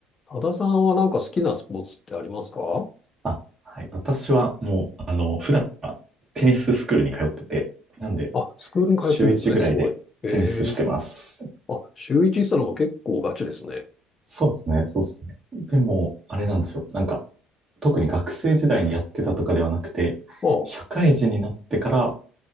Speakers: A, on the left (about 30°); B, on the right (about 25°).
A: 多田さんはなんか好きなスポーツってありますか
B: あ、はい。私はもう、あの、普段はテニススクールに通ってて、なんで、
A: あ、スクールに通ってるんですね、
B: 週1ぐらいでテニスしてます。
A: すごい。ええあ、週一したのも結構ガチですね。
B: そうですね、そうですね。でも、あれなんですよ。なんか、特に学生時代にやってたとかではなくて、
A: あ、
B: 社会人になってから